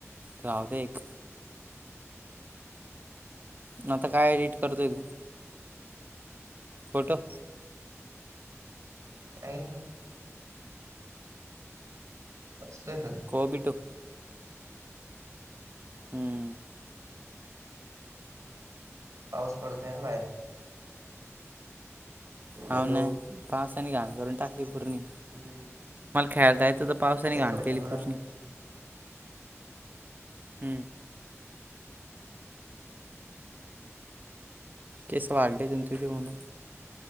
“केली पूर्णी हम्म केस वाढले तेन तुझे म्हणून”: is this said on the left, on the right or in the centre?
Right